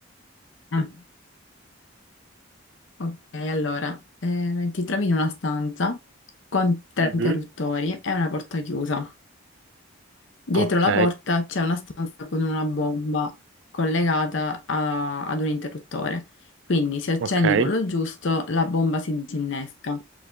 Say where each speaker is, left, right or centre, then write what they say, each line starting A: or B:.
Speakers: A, on the left; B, on the right.
A: Mm. Ok, allora, eh, ti trovi in una stanza con tre
B: Mhm,
A: interruttori e una porta chiusa. Dietro
B: Ok,
A: la porta c'è una stanza con una bomba collegata a- ad un interruttore. Quindi se accendi
B: ok.
A: quello giusto, la bomba si disinnesca.